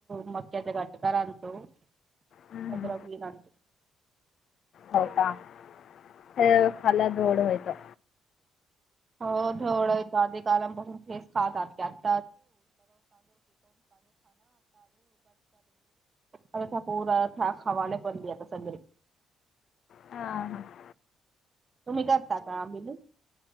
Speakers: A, on the right; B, on the left.
A: मटक्याचं घटका आणतो.
B: हम्म,
A: <unintelligible>
B: हम्म. हो का. <inaudible> तो खाला दोड व्हायचा.
A: हो. ढवळायच्या आधी <unintelligible> चालू आथ प खावाला पडली आता सगळे
B: हा हा. <inaudible>
A: तुम्ही करता का आमिले?